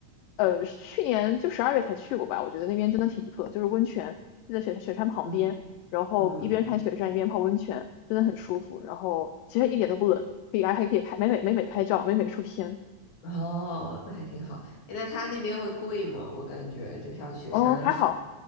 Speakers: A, on the left; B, on the left.
A: 呃去年就十二月才去过吧，我觉得那边真的挺不错的，就是温泉就在雪雪山旁边，
B: 嗯
A: 然后一边看雪山一边泡温泉，
B: 嗯，
A: 真的很舒服。然后其实一点都不冷，可以还还可以拍美美美美拍照，美美出片。
B: 嗯哦，那还挺好。诶那他那边会贵吗？我感觉就像雪山啊什么，
A: 嗯，还好，